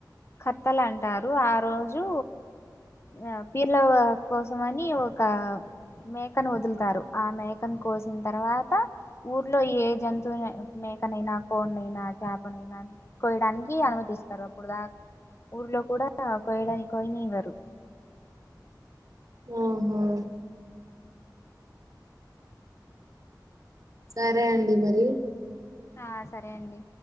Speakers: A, on the left; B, on the right.
A: ఖాతాల్ అంటారు ఆ రోజు ఆ పీర్ల కోసం అని ఒక మేకను వదులుతారు ఆ మేకను కోసిన తర్వాత ఊర్లో ఏ జంతువు మేకనైనా కొన్నైనా అయినా చాపనైనా కోయడానికి అనుమతిస్తారు అప్పుడు దాకా ఊర్లో కూడా కోయడా కోయనివ్వరు
B: ఓహో సరే అండి మరి
A: ఆ సరే అండి